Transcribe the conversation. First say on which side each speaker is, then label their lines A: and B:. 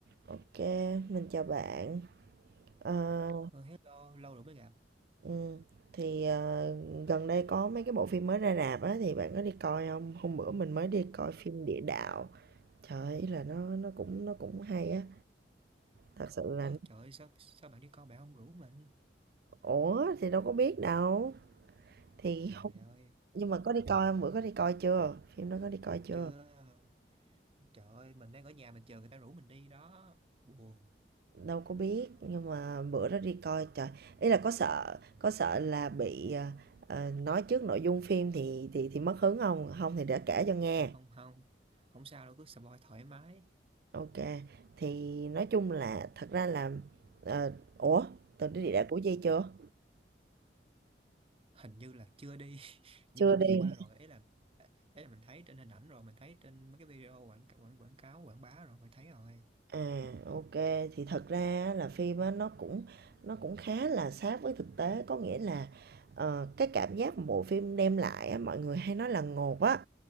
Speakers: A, on the right (about 60°); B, on the right (about 35°).
A: Ok, mình chào bạn. Ờ,
B: Ờ, hello, lâu rồi mới gặp.
A: ừ, thì ờ, gần đây có mấy cái bộ phim mới ra rạp á thì bạn có đi coi không? Hôm bữa mình mới đi coi phim Địa Đạo. Trời ơi, ý là nó nó cũng nó cũng hay á. Thật sự là
B: Ơ trời ơi, sao, sao bạn đi coi bạn không rủ mình?
A: ủa thì đâu có biết đâu. Thì
B: Trời
A: không
B: ơi,
A: nhưng mà có đi coi không? Bữa có đi coi chưa? Phim đó có đi coi chưa?
B: chưa. Trời ơi, mình đang ở nhà mình chờ người ta rủ mình đi đó. Buồn.
A: Đâu có biết nhưng mà bữa đó đi coi trời. Ý là có sợ có sợ là bị ờ, ờ, nói trước nội dung phim thì thì thì mất hứng không? Không thì để kể cho nghe.
B: À, không, không. Không sao đâu, cứ spoil thoải mái.
A: OK, thì nói chung là thật ra là ờ, ủa, Tường đi địa đạo Củ Chi chưa?
B: Hình như là chưa đi. <laughs>
A: chưa
B: Nhưng mà
A: đi
B: nghe qua rồi, ấy là ấy là mình thấy trên hình ảnh rồi, mình thấy trên mấy cái video quảng quảng quảng cáo, quảng bá rồi, mình thấy rồi.
A: À, ok thì thật ra á, là phim á nó cũng nó cũng khá là sát với thực tế có nghĩa là ờ, cái cảm giác mà bộ phim đem lại á, mọi người hay nói là ngột á